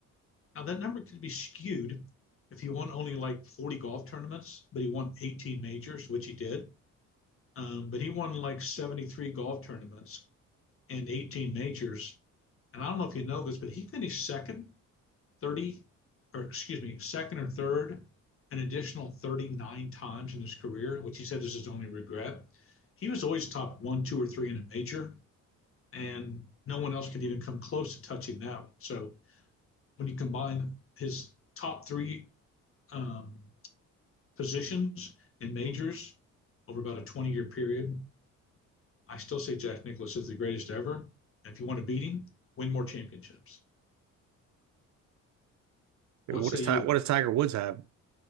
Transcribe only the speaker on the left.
Now, that number could be skewed if he won only like 40 golf tournaments, but he won 18 majors, which he did. Um, but he won like 73 golf tournaments and 18 majors. And I don't know if you know this, but he finished second 30, or excuse me, second or third an additional 39 times in his career, which he said is his only regret. He was always top one, two, or three in a major, and no one else could even come close to touching that one. So when you combine his top three um, positions in majors over about a 20 year period, I still say Jack Nicklaus is the greatest ever. And if you want to beat him, win more championships.
What
say
you?